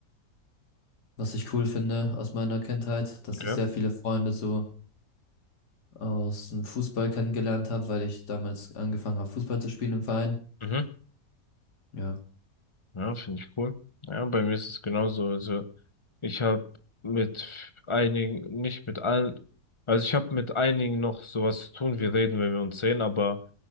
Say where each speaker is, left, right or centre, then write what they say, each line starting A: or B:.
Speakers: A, on the left (about 70°); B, on the left (about 20°).
A: was ich cool finde aus meiner Kindheit,
B: okay,
A: dass ich sehr viele Freunde so aus dem Fußball kennengelernt habe, weil ich damals angefangen habe, Fußball zu spielen im Verein.
B: mhm.
A: Ja,
B: Ja, finde ich cool. Ja, bei mir ist es genauso. Also ich habe mit einigen, nicht mit allen, also ich habe mit einigen noch sowas zu tun. Wir reden, wenn wir uns sehen, aber